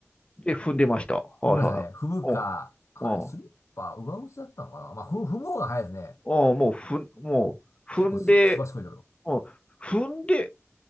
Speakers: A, on the left (about 20°); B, on the left (about 70°).
A: で、踏んでました。はいはいはい。
B: 踏んでましたね。踏むか、
A: うん。
B: あれ、スリッパ、
A: うん。
B: 上靴だったのかなまあ、踏む、踏む方が早いですね。
A: うん。もう、ふん、もう、踏んで、
B: 結構す、すばしこいけど、
A: うん。踏んで、